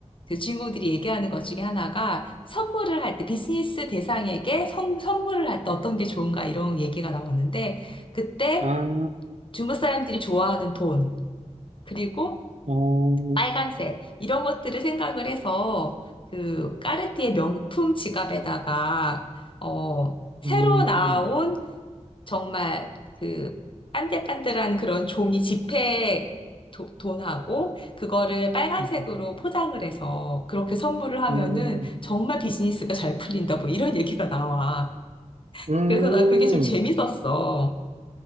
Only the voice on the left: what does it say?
그 주인공들이 얘기하는 것 중에 하나가 선물을 할 때, 비즈니스 대상에게 선, 선물을 할 때 어떤 게 좋은가 이런 얘기가 나오는데, 그때
중국 사람들이 좋아하는 돈, 그리고
빨간색 이런 것들을 생각을 해서 그 까르띠에 명품 지갑에다가 어 새로
나온 정말 그 빤들빤들한 그런 종이 지폐 도- 돈하고 그거를 빨간색으로
포장을 해서 그렇게 선물을 하면은
정말 비즈니스가 잘 풀린다 뭐 이런 얘기가 나와.
그래서 난 그게 좀 재밌었어.